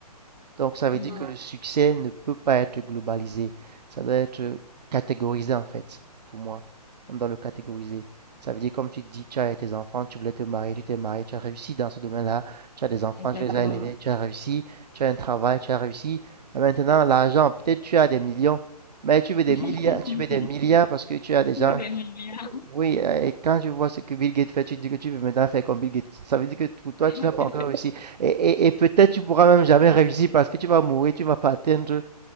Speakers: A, on the right (about 85°); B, on the left (about 85°).
A: Donc, ça veut
B: Mhm.
A: dire que le succès ne peut pas être globalisé. Ça doit être euh, catégorisé, en fait, pour moi. On doit le catégoriser. Ça veut dire, comme tu dis, tu as tes enfants, tu voulais te marier, tu t'es marié, tu as réussi dans ce domaine-là. Tu as des enfants,
B: Exactement.
A: tu les as élevés, tu as réussi. Tu as un travail, tu as réussi. Et maintenant, l'argent, peut-être tu as des millions, mais tu veux des
B: <laughs>
A: milliards, tu veux des milliards parce que tu as des gens
B: Vous aimez bien
A: oui, euh, et quand tu vois ce que Bill Gates fait, tu te dis que tu veux maintenant faire comme Bill Gates. Ça veut dire que pour toi, tu
B: <laughs>
A: n'as pas encore réussi. Et, et- et peut-être tu pourras même jamais réussir parce que tu vas mourir, tu vas pas atteindre